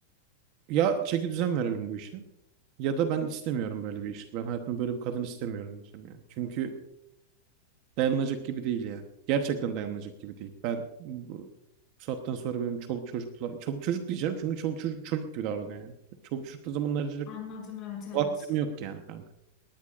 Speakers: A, on the right (about 35°); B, on the left (about 25°).
A: ya çeki düzen verelim bu işe ya da ben istemiyorum böyle bir ilişki. Ben hayatımda böyle bir kadın istemiyorum diyeceğim yani. Çünkü dayanılacak gibi değil yani. Gerçekten dayanılacak gibi değil. Ben bu, bu saatten sonra benim çoluk çocukla çoluk çocuk diyeceğim çünkü çoluk çocuk çocuk gibi davranıyor yani. Çoluk çocukla zaman ayıracak
B: Anladım. Evet evet.
A: vaktim yok yani kanka.